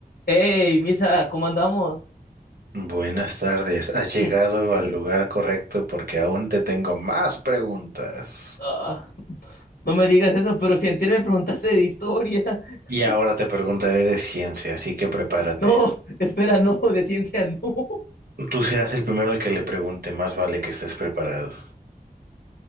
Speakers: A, on the left; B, on the right.
A: Hey, Misa, ¿cómo andamos?
B: Buenas tardes, has
A: <laughs>
B: llegado al lugar correcto porque aún te tengo más preguntas.
A: Ah, no me digas eso, pero si antier me preguntaste de historia. <laughs>
B: Y ahora te preguntaré de ciencia, así que prepárate.
A: No, espera, no, de ciencia no. <laughs>
B: Tú serás el primero al que le pregunte, más vale que estés preparado.